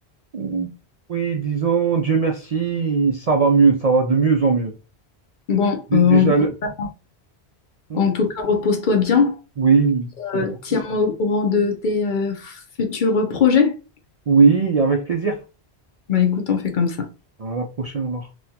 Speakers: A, on the right (about 55°); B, on the left (about 55°).
A: Mm. Oui, disons, Dieu merci, ça va mieux, ça va de mieux en mieux.
B: Bon,
A: Dé-
B: euh,
A: Déjà le...
B: en,
A: Hmm
B: en tout cas, repose-toi bien.
A: Oui,
B: Euh,
A: merci.
B: tiens-moi au courant de tes euh, futurs projets.
A: oui, avec plaisir.
B: Bah, écoute, on fait comme ça.
A: À la prochaine alors.